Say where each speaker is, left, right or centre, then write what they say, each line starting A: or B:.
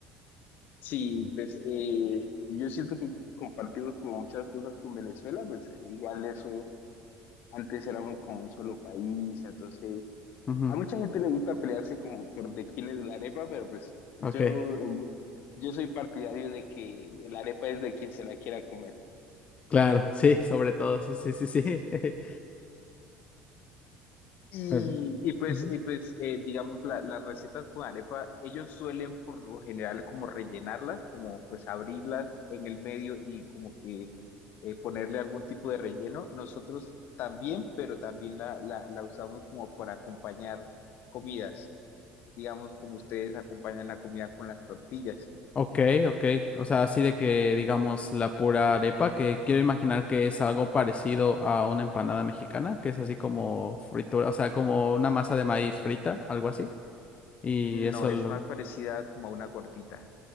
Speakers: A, on the left; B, on the left.
A: Sí, pues eh, yo siento que compartimos como muchas cosas con Venezuela, pues eh, igual eso, antes éramos como un solo país, entonces
B: Ujú,
A: a mucha gente le gusta pelearse como por de quién es la arepa, pero pues yo,
B: Ok,
A: yo soy partidario de que la arepa es de quien se la quiera comer.
B: claro, sí, sobre todo, sí, sí, sí, sí. <laughs>
A: Y,
B: Pero,
A: y pues,
B: Ujú.
A: y pues eh, digamos, la- las recetas con arepa, ellos suelen por lo general como rellenarlas, como pues abrirlas en el medio y como que eh, ponerle algún tipo de relleno. Nosotros también, pero también la, la, la usamos como para acompañar comidas, digamos, como ustedes acompañan la comida con las tortillas.
B: Ok, ok. O sea, así de que digamos la pura arepa, que quiero imaginar que es algo parecido a una empanada mexicana, que es así como fritura, o sea, como una masa de maíz frita, algo así. Y
A: No,
B: eso lo...
A: es más parecida como a una gordita.